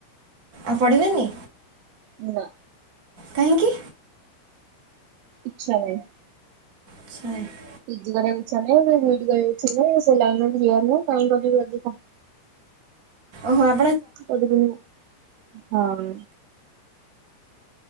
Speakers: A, on the right (about 25°); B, on the right (about 80°).
A: ଆଉ ପଢିବେନି।
B: ନା।
A: କାହିଁକି?
B: ଇଚ୍ଛା ନାହିଁ।
A: ଇଚ୍ଛା ନାହିଁ।
B: ପି ଜି କରିବାକୁ ଇଚ୍ଛା ନାହିଁ କି ବି ଇ ଡି କରିବାକୁ ଇଚ୍ଛା ନାହିଁ ସେ ଲାଇନ୍ ରେ ବି ଯିବାର ନାହିଁ କାହିଁକି କରିବି ଅଯଥା।
A: ଓହୋ ଆ
B: କରିବିନି ହଁ।